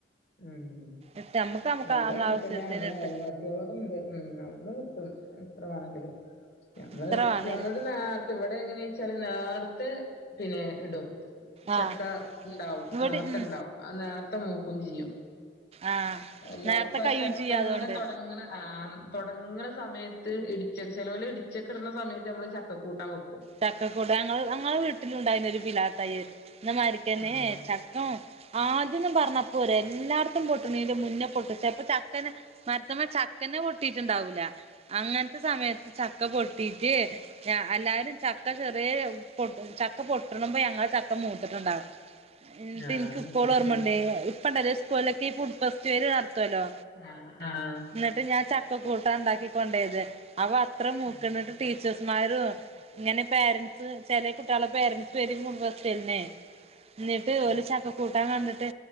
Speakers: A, on the left; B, on the right.
A: ഉം
B: ഇട്ട് നമ്മുക്ക് നമ്മുക്ക്
A: എ <unintelligible>
B: നമ്മളെ ആവശ്യത്തിന്
A: പിന്നെ ഞമ്മളെ
B: ഇട്ട്
A: അയൽവാസികളോടെ ഇണ്ട്. ഉം അവിട്ന്ന് കിട്ടും എത്ര വാണെങ്കിലും. ഞമ്മള്
B: എത്ര വേണേലും
A: ഞമ്മൾത് നേർത്ത് ഇവെടെ എങ്ങനെ വച്ചാല് നേർത്തെ പിന്നെ ഇടും. ചക്ക
B: ആഹ്
A: ഉണ്ടാവും
B: ഇവിടെ
A: നേർത്ത
B: ഉം
A: ഉണ്ടാവും ആ നേർത്തെ മൂക്കും ചെയ്യും
B: ആഹ്
A: എല്ലാർക്കും
B: നേരത്തെ
A: ആ
B: കഴിയും
A: ചക്ക
B: ചെയ്യും അതുകൊണ്ട്
A: ഇങ്ങനെ തൊ ടങ്ങണ ആ തുടങ്ങണ സമയത്ത് ഇടിച്ച ചെലോൽ ഇടിച്ചൊക്കെ ഇടണ സമയത്ത് നമ്മള് ചക്ക കൂട്ടാൻ വേക്കും
B: ചക്കക്കൂടങ്ങഞങ്ങടെ വീട്ടിലുണ്ടായിരുന്നൊരു പിലാ തയ്യ് എന്ന മാരിക്കാനേ
A: ആഹ്
B: ചക്ക ആദ്യന്നും പറഞ്ഞ പോരാ എല്ലാടത്തും പൊട്ടു നീന്റെ മുന്നേ പൊട്ടു ചപ്പ ചക്കന മരത്തുമ്മേ ചക്കന്നേ പൊട്ടിയിട്ടുണ്ടാവൂല അങ്ങന സമയത്ത് ചക്ക പൊട്ടിട്ട് എല്ലാരും ചക്ക ചെറിയ പൊ ചക്ക പൊട്ടണ്പോ ഞങ്ങ ചക്ക മൂത്തിട്ടുണ്ടാകാം എന്നിട്ട്
A: ആഹ് ആഹ്
B: എനിക്ക് ഇപ്പോൾ ഓർമ്മണ്ടേ
A: അങ്ങൻതന്നെ
B: ഇപ്പണ്ടല്ലേ സ്കൂളിലൊക്കെ ഈ ഫുഡ് ഫെസ്റ്റിവല് നടത്തുവല്ലോ
A: ആ ആഹ്
B: എന്നിട്ട് ഞാൻ ചക്കക്കൂട്ട ഉണ്ടാക്കി കൊണ്ടയ തേനി അവ അത്ര മൂക്കണ്ടിട്ട്
A: ആഹ്
B: ടീച്ചേഴ്സ്മാരും ഇങ്ങനെ പേരൻസ് ചെല കുട്ടിയാല പേരൻ്റ്സ് വരും ഫുഡ് ഫെസ്റ്റിന് ന്നീട്ട് ഓര് ചക്ക കൂട്ടാൻ കണ്ടിട്ട്